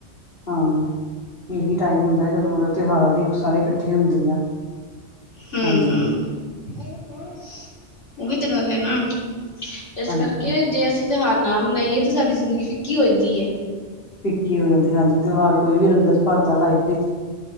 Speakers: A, on the left; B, on the left.
A: ਹਾਂ ਇਹੀ ਟਾਈਮ ਹੁੰਦਾ ਜਦੋਂ ਮਤਲਬ ਤਿਉਹਾਰਾਂ ਦੀ ਸਾਰੇ ਇਕੱਠੇ ਹੁੰਦੇ ਆ।
B: ਹੂ
A: ਹਾਂਜੀ
B: ਹੂ। ਇਹ ਦੇਖੋ ਉਹੀ ਤੇ ਗੱਲ ਹੈ ਨਾ, ਇਸ
A: ਹਾਂਜੀ
B: ਕਰਕੇ
A: ਹਾਂਜੀ
B: ਜੇ ਅਸੀਂ ਤਿਉਹਾਰ ਨਾ ਮਨਾਈਏ ਤਾਂ ਸਾਡੀ ਜ਼ਿੰਦਗੀ ਫਿੱਕੀ ਹੋ ਜਾਂਦੀ ਹੈ।
A: ਫਿਕੀ ਹੋ ਜਾਂਦੀ ਹਾਂਜੀ, ਤਿਉਹਾਰ ਕੋਈ ਵੀ ਰੰਗਤ ਭਰਦਾ ਲਾਈਫ ਵਿੱਚ,